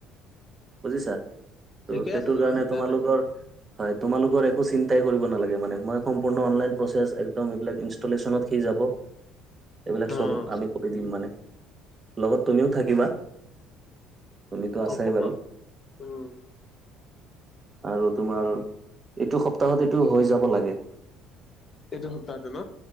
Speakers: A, on the right (about 25°); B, on the left (about 30°).
A: বুজিছা ত'
B: ঠিকে
A: সেইটোৰ
B: আছে তোমাৰ
A: কাৰণে
B: চিন্তা
A: তোমালোকৰ
B: নাই
A: হয় তোমালোকৰ একো চিন্তাই কৰিব নালাগে মানে মই সম্পূৰ্ণ অনলাইন প্ৰচেছ একদম এইবিলাক ইনষ্টলিছেনত যাব এইবিলাক চব
B: উম
A: আমি কৰি দিম মানে। লগত তুমিও থাকিবা। তুমিতো
B: হব
A: আছাই বাৰু
B: উম।
A: আৰু তোমাৰ এইটো সপ্তাহত এইটো হৈ যাব লাগে।
B: এইটো সপ্তাহতে ন?